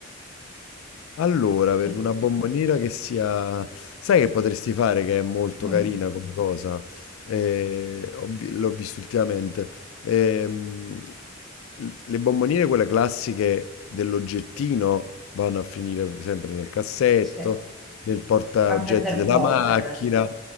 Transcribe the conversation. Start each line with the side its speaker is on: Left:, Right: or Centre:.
Left: Allora,
Centre: perché
Left: per una bomboniera che sia... Sai che potresti fare che è molto
Centre: mm,
Left: carina come cosa? Eh, ho vi- l'ho visto ultimamente. Ehm, l- le bomboniere, quelle classiche dell'oggettino, vanno a finire sempre nel cassetto,
Centre: se-
Left: nel portaoggetti
Centre: a prendere
Left: della
Centre: polvere.
Left: macchina,